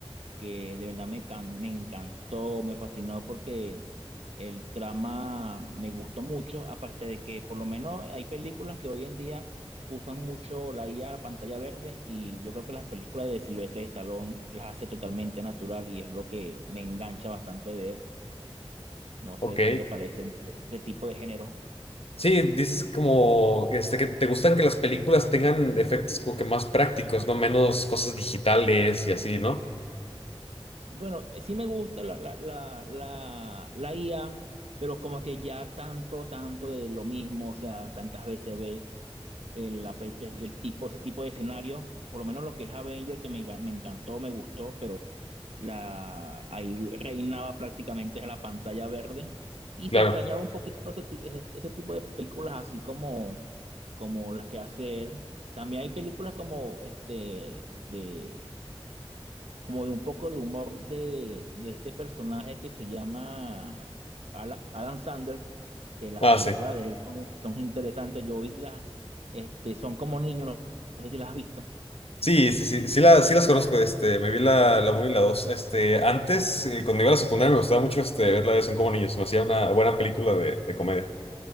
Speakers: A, on the right; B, on the left.
A: que de verdad me, can- me encantó, me fascinó porque el trama me gustó mucho, aparte de que por lo menos hay películas que hoy en día usan mucho la IA, la pantalla verde, y yo creo que las películas de Silvestre Stallone las hace totalmente natural y es lo que me engancha bastante de él. No
B: Ok.
A: sé qué te parecen este tipo de género.
B: Sí, dices como, este, que te gustan que las películas tengan efectos como que más prácticos, ¿no? Menos cosas digitales y así, ¿no?
A: Bueno, eh, sí me gusta la, la, la, la, la IA, pero como que ya tanto, tanto de lo mismo, o sea, tantas veces ve. el, la pe- el- el tipo, ese tipo de escenario. Por lo menos lo que es Avenger, que me, ga- me encantó, me gustó, pero la, ahí reinaba prácticamente la pantalla verde. Y
B: Claro.
A: se extrañaba un poquito ese, ti- ese- ese tipo de películas, así como, como las que hace él. También hay películas como este de como de un poco de humor de, de este personaje que se llama Ala- Adam Sandler, que las
B: Ah,
A: películas
B: sí.
A: de él son, son interesantes. Yo vi las, este, son como niños, no, no sé si las has visto.
B: Sí, sí, sí, sí, la- sí las conozco, este, me vi la, la uno y la 2. Este, antes, eh, cuando iba a la secundaria, me gustaba mucho este, verla de Son como niños, me hacía una buena película de, de comedia.